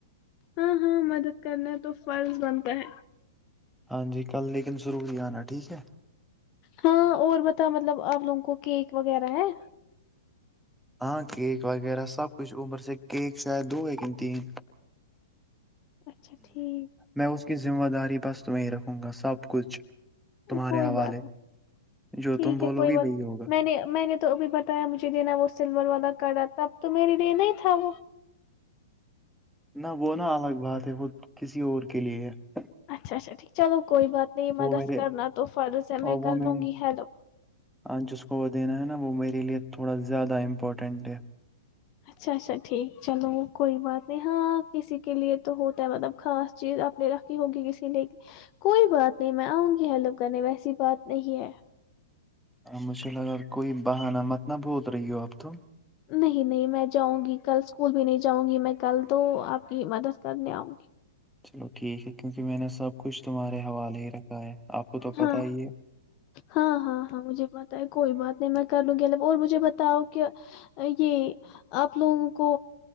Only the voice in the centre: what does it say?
ہاں جی کل لیکن ضرور ہی انا ٹھیک ہے
ہاں کیک وغیرہ سب کچھ اوپر سے کیک شاید دو ہے یا پھر تین
میں اس کی ذمہ داری بس تو میں ہیں رکھوں گا سب کچھ تمہارے
حوالے
جو
تم بولو
گی
وہی ہوگا
نہ وہ نہ الگ بات ہے وہ کسی اور کے لیے ہے
وہ
میرے
اور وہ
میرے
ہاں جس کو وہ دینا ہے نہ وہ میرے لیے تھوڑا زیادہ امپورٹنٹ ہے
مجھے لگا کوئی بہانہ مت نہ بھول رہی ہو اب تو
چلو ٹھیک ہے کیونکہ میں نے سب کچھ تمہارےوالے ہی رکھا ہے آپ کو تو
پتا ہی ہے